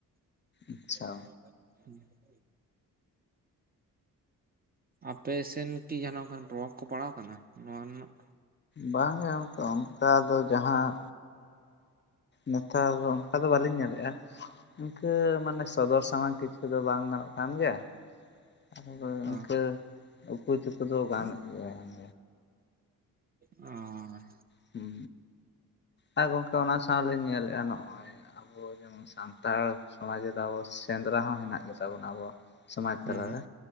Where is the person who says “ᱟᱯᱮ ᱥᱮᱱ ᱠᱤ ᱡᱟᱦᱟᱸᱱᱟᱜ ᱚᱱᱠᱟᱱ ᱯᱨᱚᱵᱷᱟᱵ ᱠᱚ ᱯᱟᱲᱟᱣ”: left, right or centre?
Right